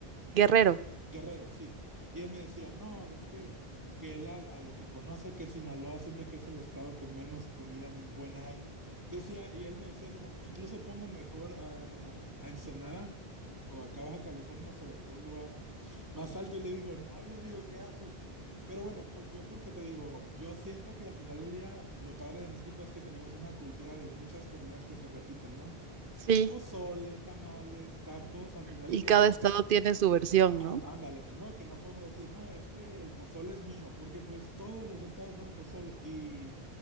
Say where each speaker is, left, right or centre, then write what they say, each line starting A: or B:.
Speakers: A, on the right; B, on the right.
A: Guerrero.
B: Guerrero, sí. Y él me decía, no, es que, que él a, a lo que conoce que Sinaloa siente que es el estado que menos comida buena hay. Decía, y él me decía así como, incluso pongo mejor a, como a Ensenada o acá Baja California sobre un lugar más alto y le digo, no, le digo, ¿qué haces? Pero bueno, por, yo porque te digo, yo siento que al final del día lo padre de México es que tenemos una cultura de muchas comidas que se repiten, ¿no?
A: Sí,
B: Pozole, tamales, tacos, al final
A: y
B: del día
A: cada
B: no,
A: estado
B: pues,
A: tiene su versión,
B: And,
A: ¿no?
B: ándale, ¿no? Que no podemos decir, no, es que el pozole es mío, porque pues todos los estados hacen pozole y,